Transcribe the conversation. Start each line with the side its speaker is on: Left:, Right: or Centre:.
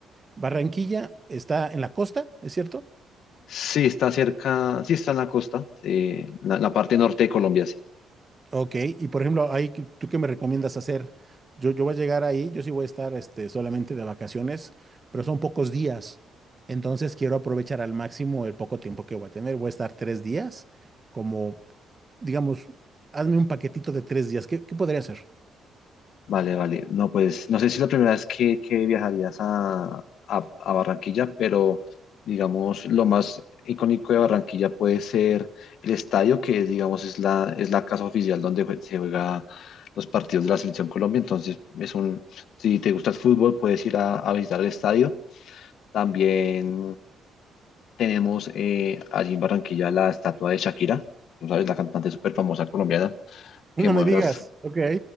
Right: Barranquilla está en la costa, ¿es cierto?
Left: Sí, está cerca, sí está en la costa, eh, la, la parte norte de Colombia, sí.
Right: Ok, y por ejemplo, ahí, ¿qué- ¿tú qué me recomiendas hacer? Yo, yo voy a llegar ahí, yo sí voy a estar este, solamente de vacaciones, pero son pocos días. Entonces quiero aprovechar al máximo el poco tiempo que voy a tener. Voy a estar tres días, como, digamos, hazme un paquetito de tres días. ¿Qué, qué podría hacer?
Left: Vale, vale. No, pues no sé si es la primera vez que, que viajarías a, a, a Barranquilla, pero digamos lo más icónico de Barranquilla puede ser el estadio, que digamos es la, es la casa oficial donde jue- se juega los partidos de la Selección Colombia. Entonces, es un, si te gusta el fútbol, puedes ir a, a visitar el estadio. También Tenemos eh, allí en Barranquilla la estatua de Shakira, ¿no ¿sabes? La cantante súper famosa colombiana que
Right: No
Left: mueve
Right: me digas.
Left: las,
Right: Ok,